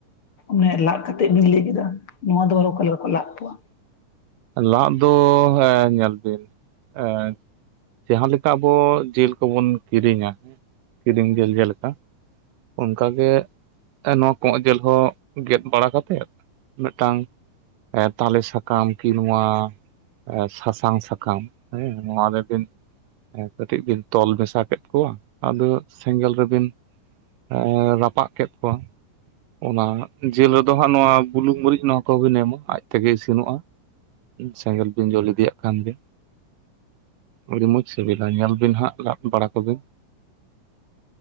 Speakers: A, on the left; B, on the right.
A: ᱚᱱᱮ ᱞᱟᱫ ᱠᱟᱛᱮᱜ ᱵᱤᱧ ᱞᱟᱹᱭ ᱠᱮᱫᱟ, ᱱᱚᱣᱟ ᱫᱚ ᱟᱨᱚ ᱚᱠᱟ ᱞᱮᱠᱟ ᱠᱚ ᱞᱟᱫ ᱠᱚᱣᱟ?
B: ᱞᱟᱫ ᱫᱚ ᱦᱮᱸ ᱧᱮᱞ ᱵᱤᱱ ᱮᱸ ᱡᱟᱦᱟᱸ ᱞᱮᱠᱟ ᱟᱵᱚ ᱡᱤᱞ ᱠᱚᱵᱚᱱ ᱠᱤᱨᱤᱧᱟ, ᱠᱤᱨᱤᱧ ᱡᱤᱞ ᱡᱮᱞᱮᱠᱟ ᱚᱱᱠᱟ ᱜᱮ᱾ ᱮ ᱱᱚᱣᱟ ᱠᱚᱸᱜ ᱡᱮᱞ ᱦᱚᱸ ᱜᱮᱫ ᱵᱟᱲᱟ ᱠᱟᱛᱮᱫ ᱢᱤᱫᱴᱟᱝ ᱮᱸ ᱛᱟᱞᱮ ᱥᱟᱠᱟᱢ ᱠᱤ ᱱᱚᱣᱟ ᱮ ᱥᱟᱥᱟᱝ ᱥᱟᱠᱟᱢ ᱦᱮᱸ ᱱᱚᱣᱟ ᱨᱮᱵᱤᱱ ᱟᱨ ᱠᱟᱹᱴᱤᱡ ᱵᱤᱱ ᱛᱚᱞ ᱢᱮᱥᱟ ᱠᱮᱫ ᱠᱚᱣᱟ᱾ ᱟᱫᱚ ᱥᱮᱸᱜᱮᱞ ᱨᱮᱵᱤᱱ ᱮᱸ ᱨᱟᱯᱟᱜ ᱠᱮᱫ ᱠᱚᱣᱟ᱾ ᱚᱱᱟ ᱡᱤᱞ ᱨᱮᱫᱚ ᱦᱟᱸᱜ ᱱᱚᱣᱟ ᱵᱩᱞᱩᱝ ᱢᱟᱹᱨᱤᱪ ᱱᱚᱣᱟ ᱠᱚᱦᱚᱸ ᱵᱤᱱ ᱮᱢᱟ ᱟᱡ ᱛᱮᱜᱮ ᱤᱥᱤᱱᱚᱜᱼᱟ᱾ ᱥᱮᱸᱜᱮᱞ ᱵᱤᱱ ᱡᱳᱞ ᱤᱫᱤᱭᱟᱜ ᱠᱷᱟᱱ ᱜᱮ᱾ ᱟᱹᱰᱤ ᱢᱚᱸᱡᱽ ᱥᱤᱵᱤᱞᱟ ᱧᱮᱞ ᱵᱤᱱ ᱦᱟᱸᱜ ᱞᱟᱫ ᱵᱟᱲᱟ ᱠᱚᱵᱤᱱ᱾